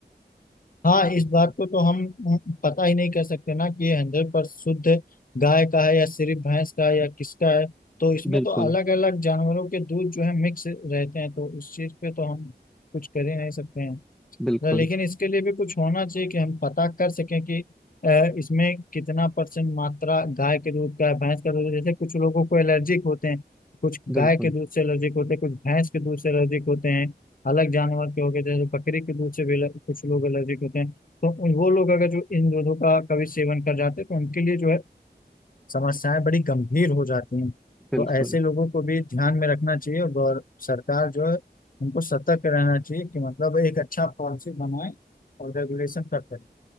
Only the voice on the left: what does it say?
हाँ इस बात को तो हम हम पता ही नहीं कर सकते ना कि ये हंड्रेड पर शुद्ध गाय का है या सिर्फ भैंस का है या किसका है तो इसमें
तो अलग अलग जानवरों के दूध जो है मिक्स रहते हैं तो इस चीज पे तो हम कुछ कर ही नहीं सकते हैं
ना, लेकिन इसके लिए भी कुछ होना चाहिए कि हम पता कर सकें कि अ, इसमें कितना परसेंट मात्रा गाय के दूध का है भैंस का दूध है। जैसे कुछ लोगों को एलर्जिक होते हैं कुछ
गाय के दूध से एलर्जिक होते हैं कुछ भैंस के दूध से एलर्जिक होते हैं अलग जानवर के हो गए जैसे बकरी के दूध से भी एलर- कुछ लोग एलर्जिक होते हैं तो उन- वो लोग अगर जो इन दूधों का कभी सेवन कर जाते हैं तो उनके लिए जो है समस्याएं बड़ी गंभीर हो जाती हैं
तो ऐसे लोगों को भी ध्यान में रखना चाहिए और गौर- सरकार जो है उनको सतर्क रहना चाहिए कि मतलब एक अच्छा पॉलिसी बनाए और रेगुलेशन करते रहे